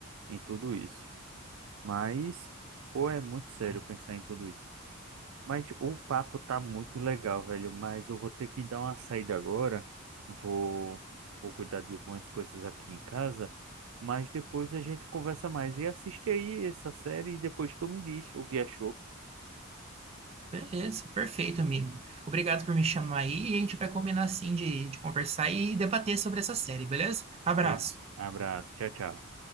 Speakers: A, on the right; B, on the right.
A: em tudo isso. Mas, pô, é muito sério
B: Sim.
A: pensar em tudo isso. Mas o papo tá muito legal, velho. Mas eu vou ter que dar uma saída agora. Vou, vou cuidar de algumas coisas aqui em casa. Mas depois a gente conversa mais. E assiste aí essa série e depois tu me diz o que achou.
B: Beleza, perfeito, amigo. Obrigado por me chamar aí e a gente vai combinar assim de, de conversar e debater sobre essa série, beleza? Abraço.
A: Beleza. Abraço. Tchau, tchau.